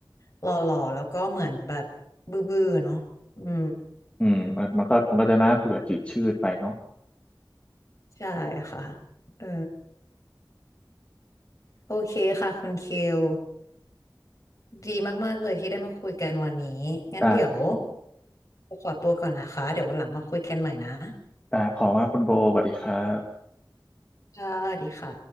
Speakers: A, on the left; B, on the left.
A: หล่อๆแล้วก็เหมือนแบบบื้อๆเนาะอืม
B: อืมมันมันก็มันก็จะน่าเบื่อจืดชืดไปเนาะ
A: ใช่ค่ะเออ โอเคค่ะคุณคิว ดีมากๆเลยที่ได้มาคุยกันวันนี้ งั้นเดี๋ยว
B: ได้คุณโบ
A: ขอตัวก่อนนะคะ เดี๋ยววันหลังมาคุยกันใหม่นะ
B: ได้ขอบคุณมากคุณโบสวัสดีครับ
A: ค่ะสวัสดีค่ะ